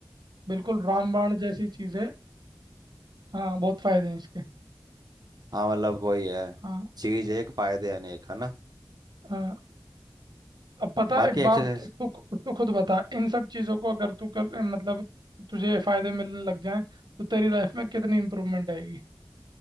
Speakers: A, on the right (about 80°); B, on the right (about 65°).
A: बिल्कुल रामबाण जैसी चीज़ है हाँ बहुत फायदे हैं इसके
B: हाँ मतलब वही है
A: हाँ
B: चीज़ एक फायदे अनेक है ना
A: हाँ, अब पता है,
B: बाकी
A: एक बात
B: एक्सरसाइज
A: तू तू खुद बता इन सब चीज़ों को अगर तू कर मतलब तुझे फायदे मिलने लग जाएं तो तेरी लाइफ में कितनी इम्प्रूवमेंट आएगी